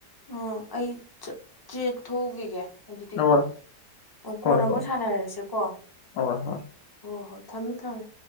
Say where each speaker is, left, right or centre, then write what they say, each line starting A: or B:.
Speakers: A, on the left (about 35°); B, on the left (about 80°).
A: ꯑꯥ ꯑꯩ ꯆꯠ ꯆꯦꯠ ꯊꯣꯛꯎꯒꯤꯒꯦ ꯑꯗꯨꯗꯤꯀꯣ
B: ꯍꯣꯏ
A: ꯑꯣ ꯀꯣꯟꯅ
B: ꯍꯣꯏ
A: ꯑꯃꯨꯛ
B: ꯍꯣꯏ
A: ꯁꯥꯟꯅꯔꯁꯦꯀꯣ
B: ꯍꯣꯏ ꯍꯣꯏ
A: ꯍꯣ ꯍꯣ ꯊꯝꯃꯦ ꯊꯝꯃꯦ